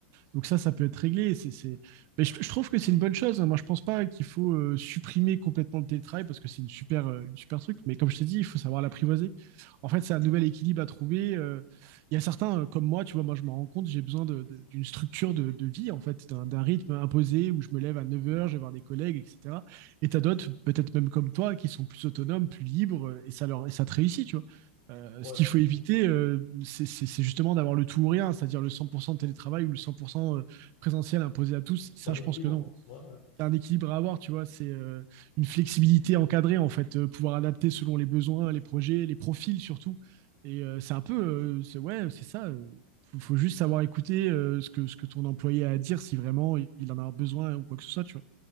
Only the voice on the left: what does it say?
Ouais,
faut un
équilibre.
Ouais, ouais.